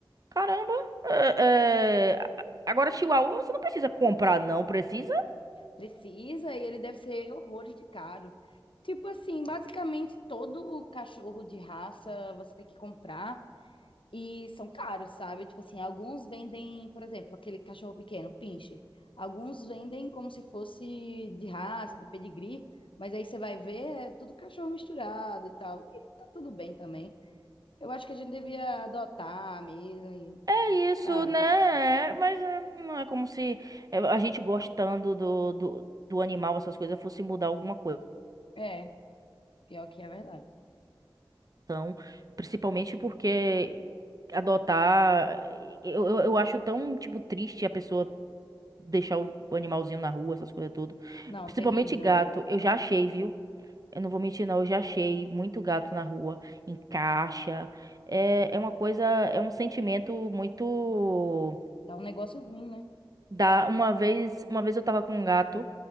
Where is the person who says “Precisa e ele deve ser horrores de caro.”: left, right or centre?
Left